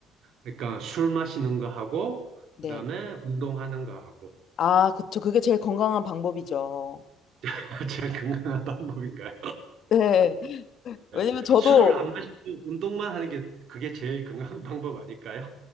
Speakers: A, on the right (about 45°); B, on the left (about 45°).
A: 그러니까 술 마시는 거 하고
B: 네.
A: 그다음에 운동하는 거 하고
B: 아, 그쵸. 그게 제일 건강한 방법이죠.
A: <laughs> 제일 건강한 방법인가요?
B: 네. 왜냐면
A: 예.
B: 저도,
A: 술을 안 마시고 운동만 하는 게 그게 제일 건강한 방법 아닐까요?